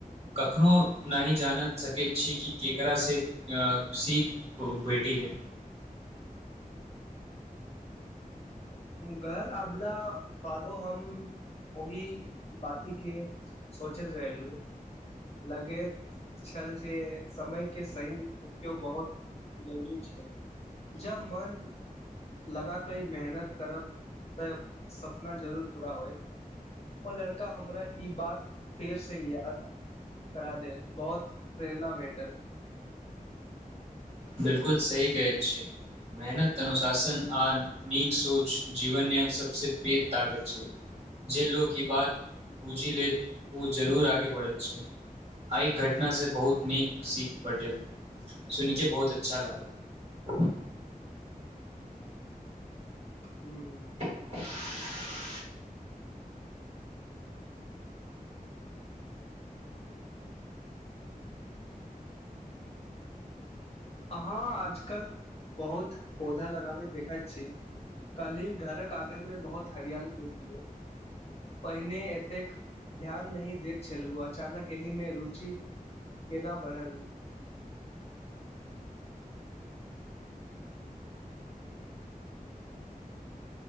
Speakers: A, on the right; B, on the left.
A: कखनो नहि जान सकैत छी कि के ककरा से सीख भेट जाय
B: घर आबला बादो हम ओही बातकेँ सोचैत रहलहुँ लगैत छल जे समयकेँ सही उपयोग बहुत जरूरी छैक जब मन लगा क ई मेहनत करब तऽ सपना जरूर पूरा होयत ओ लड़का हमरा ई बात फेरसँ याद करा देल बहुत प्रेरणा भेटल
A: बिलकुल सही कहैत छि मेहनत अनुशासन आ नीक सोच जीवनक सबसंँ पैघ ताकत छैक जे लोक ई बात बूझि लेत ओ जरूर आगे बढ़ैत छैक आइ घटना से बहुत नीक सीख भेटल सुन कें बहुत अच्छा लागल
B: हू <inaudible>
A: <inaudible>
B: अहाँ आजकल बहुत पौधा लगाबैत देखैत छी कलहि घरक आंगन मे बहुत हरियाली देखलियौ पहिने एतेक ध्यान नहि दैत छलहुँ अचानक एहि मे रुचि केना बढ़ल